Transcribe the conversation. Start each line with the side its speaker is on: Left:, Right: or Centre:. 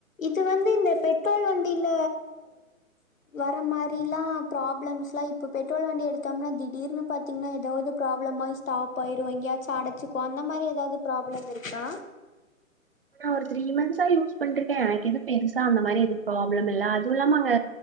Left: இது வந்து இந்த பெட்ரோல் வண்டில வர மாரிலா பிராப்ளம்ஸ்லா இப்போ பெட்ரோல் வண்டி எடுத்தோம்னா திடீர்னு பாத்தீங்னா ஏதாவது ப்ராப்ளமாயி தா பயிர் வாங்கியாச்சு அடச்சிக்கு அந்த மாரி ஏதாது ப்ராப்ளம் இருக்கா
Right: நா ஒரு த்ரீ மந்த்ஸா யூஸ் பண்ருக்கே எனக்கு ஏது பெருசா அந்த மாரி எது ப்ராப்ளம் இல்ல அதுவு இல்லாம அங்க